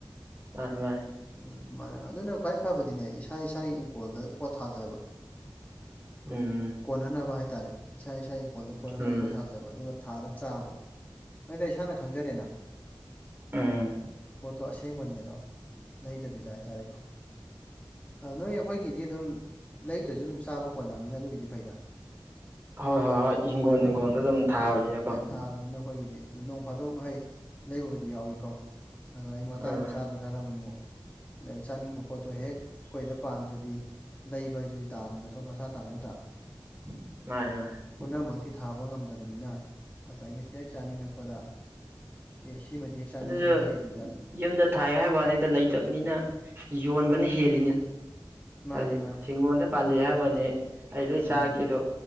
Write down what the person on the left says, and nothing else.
ꯎꯝ ꯃꯥꯅꯦ ꯃꯥ ꯑꯗꯨꯅ ꯈ꯭ꯋꯥꯏ ꯐꯕꯗꯤꯅꯦ ꯏꯁꯥ ꯏꯁꯥꯒꯤ ꯏꯪꯈꯣꯜꯗ ꯄꯣꯊꯥꯖꯕ
ꯀꯣꯟꯅꯅꯕ ꯍꯥꯏꯇꯥꯔꯦ ꯏꯁꯥ ꯏꯁꯥ ꯏꯪꯈꯣꯜꯗ ꯀꯣꯟꯅꯅꯕ
ꯄꯣꯠ ꯊꯥꯖꯕ ꯑꯗꯨꯒ ꯊꯥꯔ ꯆꯥꯕ ꯑꯩꯗ ꯏꯁꯥꯅ ꯈꯪꯖꯔꯦꯅ
ꯄꯣꯠꯇꯣ ꯑꯁꯦꯡꯕꯅꯦ ꯑꯗꯣ ꯂꯩꯗꯕꯤꯗ ꯍꯥꯏꯇꯥꯔꯦꯀꯣ ꯑ ꯅꯣꯏ ꯑꯩꯈꯣꯏꯒꯤꯗꯤ ꯑꯗꯨꯝ ꯂꯩꯗ꯭ꯔꯁꯨ ꯑꯗꯨꯝ ꯆꯥꯕ ꯀꯣꯟꯅꯕꯅꯤꯅ ꯑꯗꯨꯒꯤꯗꯤ ꯐꯩꯗ
ꯑ
ꯊꯥꯕꯅꯤꯅ ꯑꯩꯈꯣꯏꯒꯤꯗꯤ ꯑꯗꯨꯗ ꯅꯣꯡ ꯐꯥꯗꯣꯛ ꯍꯩ ꯂꯩꯕꯕꯨꯗꯤ ꯌꯥꯎꯏꯀꯣ ꯑꯗ ꯑꯩ ꯃꯇꯥꯡ
ꯆꯥꯗ꯭ꯔꯒ ꯀꯥꯟꯗ ꯑꯃꯨꯛꯛ ꯆꯥꯅꯤꯡꯕ ꯄꯣꯠꯇꯣ ꯍꯦꯛ ꯑꯩꯈꯣꯏꯗ ꯄꯥꯟꯗ꯭ꯔꯗꯤ ꯂꯩꯕꯕꯁꯤꯗꯤ ꯇꯥꯕꯅꯤ ꯃꯊꯣ ꯃꯁꯥ ꯇꯥꯕ ꯅꯠꯇ꯭ꯔꯥ
ꯄꯨꯝꯅꯃꯛꯇꯤ ꯊꯥꯕ ꯉꯝꯗꯕꯅꯤꯅ ꯉꯁꯥꯏꯒꯤ ꯆꯦꯛ ꯆꯥꯅꯤꯡꯉꯛꯄꯗ ꯑꯦ ꯁꯤꯃꯗꯤ ꯆꯥꯅꯤꯡꯉꯤꯍꯦ
ꯑꯗꯨꯗ
ꯃꯥꯅꯦ
ꯃꯥꯅꯦ
ꯎꯝ